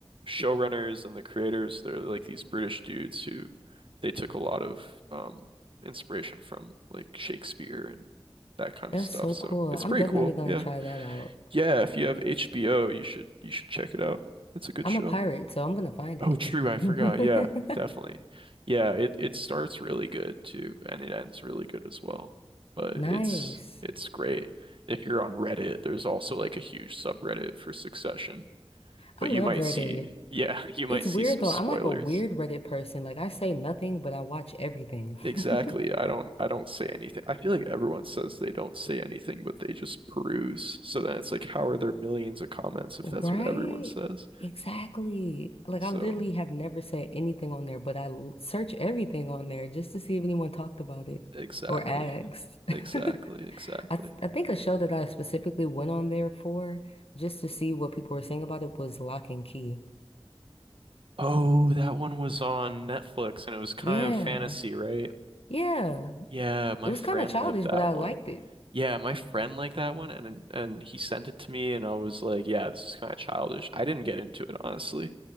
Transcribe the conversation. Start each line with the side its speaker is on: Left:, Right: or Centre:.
Right: showrunners and the creators, they're like these British dudes who they took a lot of um inspiration from like Shakespeare and that kind of
Left: That's
Right: stuff.
Left: so
Right: So
Left: cool.
Right: it's
Left: I'm
Right: pretty
Left: definitely
Right: cool.
Left: gonna
Right: Yeah.
Left: try that out.
Right: Yeah, if you have HBO, you should you should check it out. It's a good
Left: I'm
Right: show.
Left: a pirate, so I'm gonna find
Right: Oh,
Left: it.
Right: true, I forgot.
Left: <laughs>
Right: Yeah, definitely. Yeah, it it starts really good too, and it ends really good as well. But
Left: Nice.
Right: it's it's great. If you're on Reddit, there's also like a huge subreddit for Succession. But
Left: I love
Right: you might
Left: Reddit.
Right: see, yeah, <laughs> you might
Left: It's
Right: see
Left: weird
Right: some
Left: though.
Right: spoilers.
Left: I'm like a weird Reddit person. Like I say nothing, but I watch everything.
Right: Exactly.
Left: <laughs>
Right: I don't I don't say anything. I feel like everyone says they don't say anything, but they just peruse. So then it's like, how are there millions of comments if
Left: Right?
Right: that's what everyone says?
Left: Exactly. Like
Right: So
Left: I literally have never said anything on there, but I l- search everything on there just to see if anyone talked about it
Right: exactly.
Left: or asked.
Right: Exactly.
Left: <laughs>
Right: Exactly.
Left: I th I think a show that I specifically went on there for just to see what people were saying about it was Lock and Key.
Right: Oh, that one was on Netflix and it was kind
Left: Yeah.
Right: of fantasy, right?
Left: Yeah.
Right: Yeah, my
Left: It was
Right: friend
Left: kind of childish,
Right: liked that
Left: but I liked
Right: one.
Left: it.
Right: Yeah, my friend liked that one and and he sent it to me and I was like, yeah, this is kind of childish. I didn't get into it honestly,